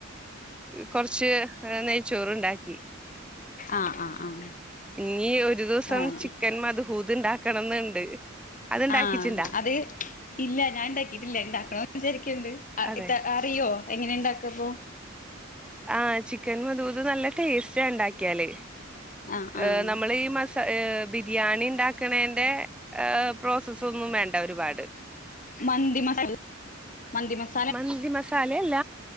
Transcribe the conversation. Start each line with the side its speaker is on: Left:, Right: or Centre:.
Centre: കൊറച്ച് - ആ നെയ്ച്ചോറുണ്ടാക്കി
Left: ആഹ് ആ ഹ് ആഹ്
Centre: ഇനി ഒരു ദിവസം
Left: ആണ്
Centre: ചിക്കൻ മധ്ഹൂത് ഉണ്ടാക്കണം എന്ന് ഉണ്ട് അത് ഉണ്ടാക്കിട്ടുണ്ടാ?
Left: ആഹ് അത് ഇല്ല ഞാൻ ണ്ടാക്കിട്ടില്ല ഇണ്ടാക്കണന്ന് വിചാരിക്കുന്നുണ്ട്
Centre: അതെ
Left: ഇ അറിയോ എങ്ങനെ ഇണ്ടാക്കപ്പോ?
Centre: ആഹ ചിക്കൻ മുതൂത് നല്ല ടേസ്റ്റ ണ്ടാക്കിയാല്.
Left: ആഹ് ആഹ്
Centre: ഏഹഹ് നമ്മൾ ഈ മസ ഇ ബി ബിരിയാണി ഉണ്ടാക്കണേന്റെ പ്രോസസ്സ ഒന്നും വേണ്ട ഒരുപാട്.
Left: മന്ദി മസ മന്ദി മസ
Centre: മന്തി മസാല അല്ല